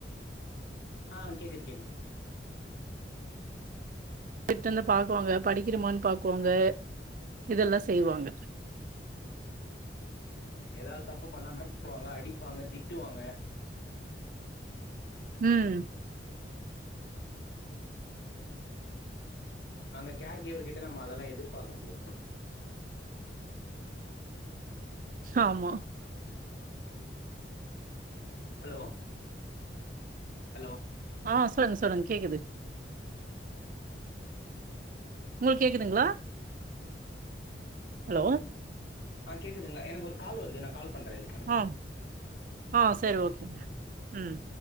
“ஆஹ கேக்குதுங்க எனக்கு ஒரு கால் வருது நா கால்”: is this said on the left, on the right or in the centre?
Left